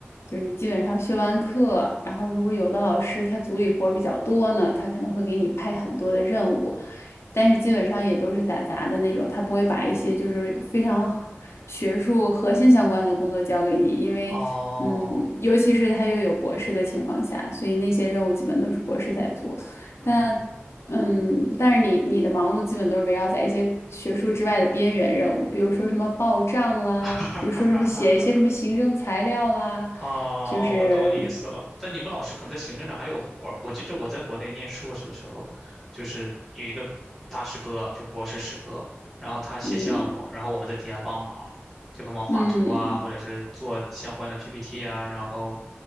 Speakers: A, on the left (about 70°); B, in the centre.
A: 就是你基本上学完课，然后如果有的老师他组里活儿比较多呢，他可能会给你派很多的任务，但是基本上也都是打杂的那种，他不会把一些就是非常核学术核心相关的工作交给你，因为嗯，
B: 哦，
A: 尤其是他又有博士的情况下，所以那些任务基本都是博士在做。
B: 嗯，
A: 但嗯，但是你你的忙碌基本都是围绕在一些学术之外的边缘任务，比如说什么报账啦，
B: <laughs> 哈哈哈哈，
A: 比如说什么写一些什么行政材料啦，
B: 哦，
A: 就是
B: 我懂你意思了。但你们老师可能在行政上还有活儿。我记着我在国内念硕士的时候，就是有一个大师哥，就博士师哥，然后他写项目，
A: 嗯
B: 然后我们在底下帮忙，就帮忙画图啊，
A: 嗯
B: 或者是做相关的 PPT 啊，然后，